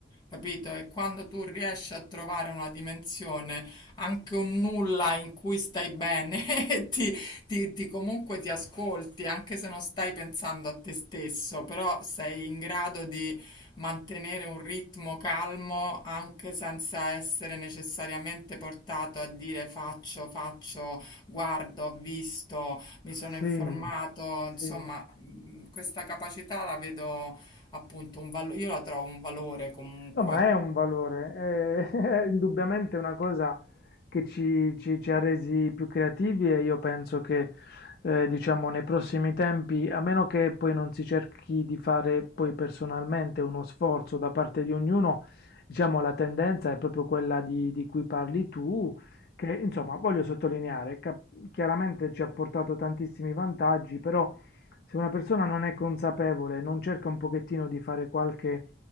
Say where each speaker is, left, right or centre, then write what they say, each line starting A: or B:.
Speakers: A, on the left; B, on the left.
A: Capito? E quando tu riesci a trovare una dimensione, anche un nulla in cui stai bene, <laughs> e ti, ti, ti- comunque ti ascolti, anche se non stai pensando a te stesso, però sei in grado di mantenere un ritmo calmo anche senza essere necessariamente portato a dire faccio, faccio, guardo, ho visto, mi sono
B: sì,
A: informato,
B: sì.
A: insomma, mh, questa capacità la vedo appunto un valore, io la trovo un valore comunque.
B: No, ma è un valore, è, <laughs> è indubbiamente una cosa che ci, ci- ci ha resi più creativi e io penso che, eh, diciamo, nei prossimi tempi, a meno che poi non si cerchi di fare poi personalmente uno sforzo da parte di ognuno, diciamo, la tendenza è proprio quella di, di cui parli tu, che, insomma, voglio sottolineare, cap- chiaramente ci ha portato tantissimi vantaggi, però se una persona non è consapevole, non cerca un pochettino di fare qualche